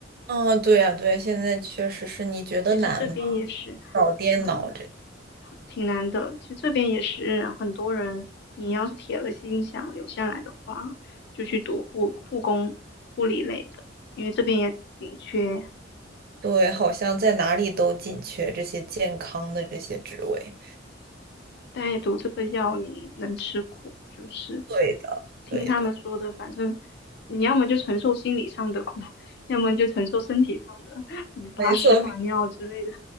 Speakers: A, on the right (about 50°); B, on the left (about 60°).
A: 哦，对呀，对呀，现在确实是。你觉得难吗？
B: 其实这边也是，
A: 搞电脑这，
B: 嗯，挺难的。其实这边也是很多人，你要是铁了心想留下来的话，就去读护护工、护理类的，因为这边也紧缺
A: 对，好像在哪里都紧缺这些健康的这些职位。
B: 但也毒这个药你能吃苦，就是
A: 对的，
B: 听他们说的，
A: 对的，
B: 反正你要么就承受心理上的苦，<laughs> 要么就承受身体上的，你把屎把尿之类的。
A: 没错。